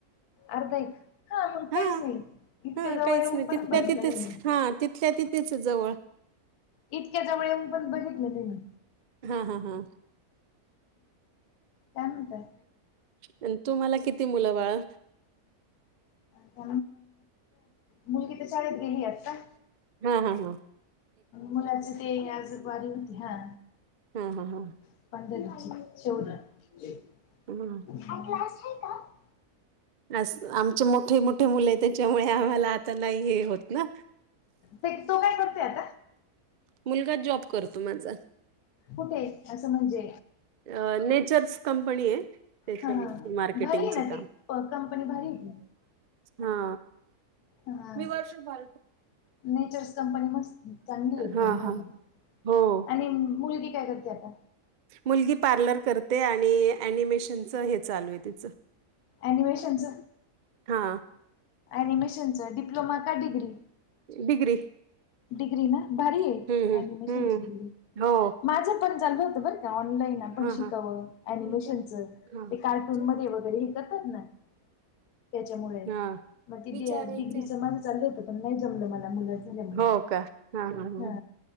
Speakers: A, on the left; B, on the right.
A: अर्धा एक हा मग
B: हां,
A: काहीच नाही. इतक्या
B: हां,
A: जवळ
B: काहीच
A: ये
B: नाही
A: पण
B: तिथल्या
A: बघितलं
B: तिथेच
A: नाही मी.
B: हां, तिथल्या तिथेच जवळ.
A: इतक्या जवळ येऊन पण बघितलं नाही मी.
B: हा हा हा.
A: काय म्हणताय.
B: आणि तुम्हाला किती मुलं बाळ.
A: <unintelligible> मुलगी तर शाळेत गेली आता.
B: हा हा हा.
A: मुलाचे ते आज वारी होती हा.
B: हा हा हा.
A: <unintelligible>
B: हां. असं आमचे मोठे मोठे मुले आहे त्याच्यामुळे आम्हाला आता नाही हे होत ना.
A: ते तो काय करतोय आता.
B: मुलगा जॉब करतो माझा.
A: कुठे असं म्हणजे.
B: अ, नेचर्स कंपनी आहे त्याच्यामध्ये
A: हा हा
B: मार्केटिंगचे
A: भारी आहे ना
B: काम.
A: ती. कंपनी भारीे आहे की.
B: हा
A: हा
B: मी वर्ष <unintelligible>
A: नेचर्स कंपनी मस्त चांगली आहे
B: हां,
A: कंपनी,
B: हां. हो.
A: आणि मुलगी काय कर ती अता
B: मुलगी पार्लर कर ते आणि अनिमेशनच हे चालूय तिच.
A: अनिमेशनच
B: हा
A: ॲनिमेशनचं डिप्लोमा का डिग्री.
B: डिग्री.
A: डिग्री ना, भारीय
B: हं हं
A: ॲनिमेशनची
B: हं
A: डिग्री,
B: हो
A: माझ पण चाललं होतं बर. काम नाही ना पण
B: हां
A: शिकावं
B: हां.
A: अनिमेशनच,
B: मी करा
A: ते
B: हां.
A: कार्टून
B: चे
A: मध्ये वगैरे हे करतात ना. त्याच्यामुळे
B: हां.
A: मग ते
B: विचारायचंय.
A: डि डिग्रीच माझ चाललं होत पण नाही जमलं मला मुलाचं जमलं.
B: हो का हां हां हां
A: हा